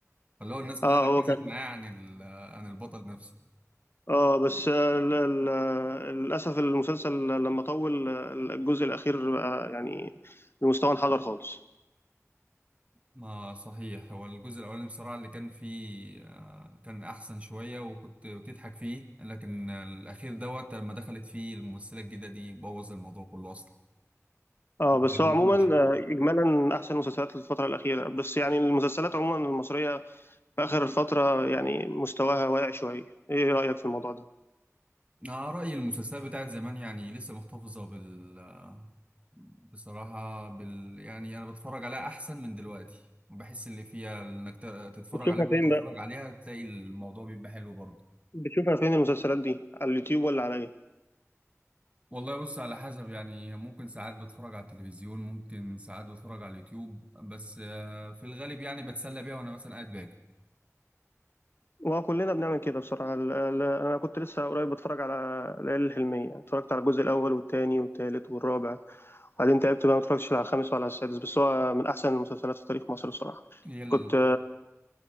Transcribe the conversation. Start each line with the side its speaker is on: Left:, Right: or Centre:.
Right: فاللي هو الناس كلها
Left: اه
Right: ركزت
Left: هو كان
Right: معاه عن ال- عن البطل نفسه
Left: اه بس ال- ال- للاسف المسلسل لما طول الجزء الاخير بقى يعني المستوى انحدر خالص
Right: ما صحيح هو الجزء الأولاني بصراحة اللي كان فيه آه، كان أحسن شوية وكنت بتضحك فيه لكن الأخير دوت لما دخلت فيه الممثلة الجديدة دي بوظ الموضوع كله أصلا
Left: اه
Right: ما
Left: بس
Right: حبيتهوش
Left: هو عموما آه، اجمالا احسن مسلسلات الفتره الاخيره بس يعني المسلسلات عموما المصريه في اخر الفتره يعني مستواها واقع شويه ايه رايك في الموضوع ده
Right: أنا رأيي المسلسلات بتاعت زمان يعني لسه محتفظة بال آه، بصراحة بال يعني أنا بتفرج عليها أحسن من دلوقتي وبحس اللي فيها إنك ت- تتفرج
Left: بتشوفها
Right: عليها
Left: فين
Right: وأنت تتفرج
Left: بقى
Right: عليها تلاقي الموضوع بيبقى حلو برضه
Left: بتشوفها فين المسلسلات دي على اليوتيوب ولا على ايه
Right: والله بص على حسب يعني ممكن ساعات بتفرج على التلفزيون ممكن ساعات بتفرج على اليوتيوب بس آه، في الغالب يعني بتسلى بيها وانا مثلا قاعد باكل
Left: وكلنا بنعمل كده بصراحة ال- ال- أنا كنت لسه قريب بتفرج على العيال الحلمية اتفرجت على الجزء الأول والتاني والتالت والرابع وبعدين تعبت بقى ما اتفرجتش على الخامس ولا على السادس بس هو من أحسن المسلسلات في تاريخ مصر بصراحة
Right: هي ال...
Left: كنت